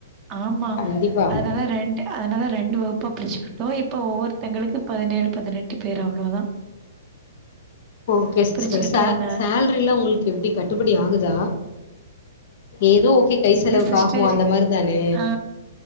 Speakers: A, on the right (about 30°); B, on the left (about 50°).
A: ஆமா
B: கண்டிப்பா
A: அதனால ரெண்டு அதனால ரெண்டு வகுப்பா பிரிச்சுகிட்டோ இப்போ ஒவ்வொருத்தங்களுக்கு பதனேலு பதினெட்டு பேரு அவ்ளோதா
B: ஓகே சிஸ்டர்
A: பிரிச்சுக்கிட்டே
B: சே
A: என்ன
B: சேல்ரிலா உங்களுக்கு எப்டி கட்டுபடியாகுதா ஏதோ ஓகே கை
A: என்ன
B: செலவுக்கு
A: சிஸ்டரு
B: ஆகு அந்த மாரி தானே
A: ஆ